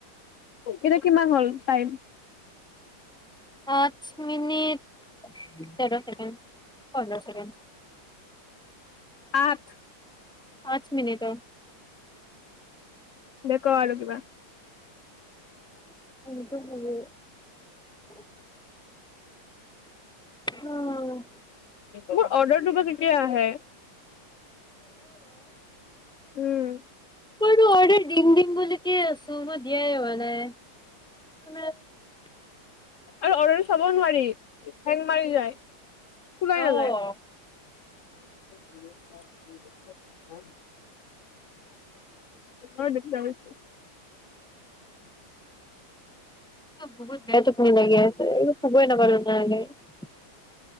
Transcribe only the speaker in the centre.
পাঁচ মিনিট, তেৰ চেকেণ্ড, পন্ধৰ ছেকেণ্ড।
পাঁচ মিনিটৰ।
<unintelligible> অ'।
মই এইটো অৰ্ডাৰ দিম, দিম বুলিতেই আছো বাত বিয়াই হোৱা নাই <unintelligible>
অ'।
বহুত বেয়া টোপনি লাগি আছে, এইবোৰ শুবৈ নাপালোঁ <unintelligible>